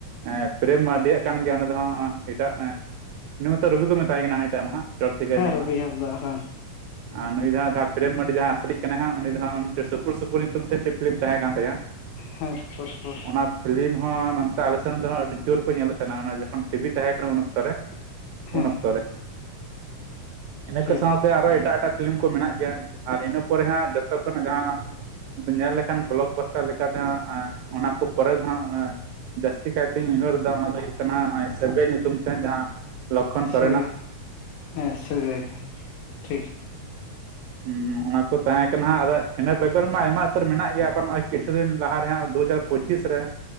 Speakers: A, on the right; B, on the left.
A: ᱮᱜ ᱯᱨᱮᱢ ᱢᱟᱨᱰᱤ ᱭᱟᱜ ᱠᱟᱱ ᱜᱮᱭᱟ ᱚᱱᱟ ᱫᱚ ᱦᱟᱜ ᱮᱴᱟᱜ ᱩᱱᱤ ᱢᱚᱛᱚ ᱨᱚᱵᱤ ᱠᱚ ᱢᱮᱛᱟᱭ ᱠᱟᱱᱟ ᱱᱤᱛ ᱩᱱᱤᱴᱟᱜ ᱢᱟ ᱦᱟᱸᱜ ᱪᱚᱨᱚᱠ ᱪᱤᱠᱟᱹᱨ
B: ᱦᱮᱸ
A: ᱨᱤᱱᱤᱡ
B: ᱨᱚᱵᱤ
A: ᱢᱟ
B: ᱦᱟᱸᱥᱫᱟ ᱦᱮᱸ
A: ᱟᱨ ᱱᱩᱭ ᱫᱚ ᱦᱟᱸᱜ ᱡᱟᱸᱦᱟ ᱯᱨᱮᱢ ᱢᱟᱱᱰᱤ ᱡᱟᱦᱟᱸᱭ ᱟᱥᱚᱞᱤᱡ ᱠᱟᱱᱟᱭ ᱦᱟᱜ ᱩᱱᱤ ᱫᱚ ᱦᱟᱜ ᱢᱤᱫᱴᱮᱱ ᱥᱩᱯᱩᱨ ᱥᱩᱯᱩᱨ ᱧᱩᱛᱩᱢ ᱛᱮ ᱢᱤᱫᱴᱮᱱ ᱯᱷᱤᱞᱤᱢ ᱛᱟᱦᱮᱸ ᱠᱟᱱ ᱛᱟᱭᱟ
B: ᱦᱮᱸ ᱥᱩᱯᱩᱨ ᱥᱩᱯᱩᱨ
A: ᱚᱱᱟ ᱯᱷᱤᱞᱤᱢ ᱦᱚᱸ ᱱᱚᱛᱮ ᱟᱞᱮ ᱥᱮᱱ ᱫᱚ ᱟᱹᱰᱤ ᱡᱳᱨ ᱠᱚ ᱧᱮᱞᱮᱫ ᱛᱟᱦᱮᱱᱟ ᱚᱱᱟ ᱡᱚᱠᱷᱚᱱ ᱴᱤᱵᱷᱤ ᱛᱟᱦᱮᱸ ᱠᱟᱱᱟ ᱩᱱ ᱚᱠᱛᱚ ᱨᱮ
B: ᱦᱮᱸ
A: ᱩᱱ ᱚᱠᱛᱚ ᱨᱮ ᱤᱱᱟᱹ ᱠᱚ
B: ᱴᱷᱤᱠ
A: ᱥᱟᱶᱛᱮ ᱟᱨᱚ ᱮᱴᱟᱜ ᱮᱴᱟᱜ ᱯᱷᱤᱞᱤᱢ ᱠᱚ ᱢᱮᱱᱟᱜ ᱜᱮᱭᱟ ᱟᱨ ᱤᱱᱟᱹ ᱯᱚᱨᱮ ᱦᱟᱸᱜ ᱡᱚᱛᱚ ᱠᱷᱚᱱᱟᱜ ᱡᱟᱦᱟᱸ ᱧᱮᱞ ᱞᱮᱠᱷᱟᱱ ᱵᱞᱚᱠ ᱵᱟᱥᱴᱟᱨ ᱞᱮᱠᱟ ᱛᱮ ᱦᱟᱜ ᱚᱱᱟ ᱠᱚ ᱯᱚᱨᱮ ᱫᱚ ᱦᱟᱸᱜ ᱡᱟᱹᱥᱛᱤ ᱠᱟᱭᱛᱤᱧ ᱩᱭᱦᱟᱹᱨ ᱫᱟ ᱚᱱᱟ ᱫᱚ ᱦᱩᱭᱩᱜ ᱠᱟᱱᱟ ᱱᱚᱜᱼᱚᱭ ᱥᱟᱹᱜᱟᱹᱭ ᱧᱩᱛᱩᱢ ᱛᱮ ᱡᱟᱦᱟᱸ ᱞᱚᱠᱠᱷᱚᱱ ᱥᱚᱨᱮᱱᱟᱜ
B: ᱥᱟᱹᱜᱟᱹᱭ ᱦᱮᱸ ᱥᱟᱹᱜᱟᱹᱭ ᱴᱷᱤᱠ
A: ᱦᱩᱸ ᱦᱩᱸ ᱚᱱᱟ ᱠᱚ ᱛᱟᱦᱮᱸ ᱠᱟᱱᱟ ᱟᱫᱚ ᱤᱱᱟᱹ ᱵᱮᱜᱚᱨ ᱢᱟ ᱟᱭᱢᱟ ᱩᱛᱟᱹᱨ ᱢᱮᱱᱟᱜ ᱜᱮᱭᱟ ᱟᱵᱚ ᱱᱚᱜᱚᱭ ᱠᱤᱪᱷᱩ ᱫᱤᱱᱼᱼ ᱞᱟᱦᱟ ᱨᱮ ᱦᱟᱜ ᱫᱩ ᱦᱟᱡᱟᱨ ᱯᱚᱸᱪᱤᱥ ᱨᱮ,